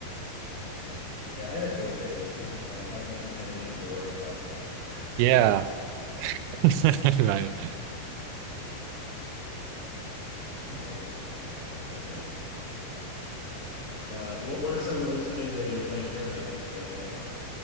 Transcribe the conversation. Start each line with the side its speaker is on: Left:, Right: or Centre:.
Left: Yeah, I miss those days. Those were fun back when I didn't have anything to worry about. <laughs>
Right: Yeah.
Left: Didn't have
Right: <laughs> Right.
Left: what other games did I play? Uh, what what are some what are some games that you're playing currently if you play any right now?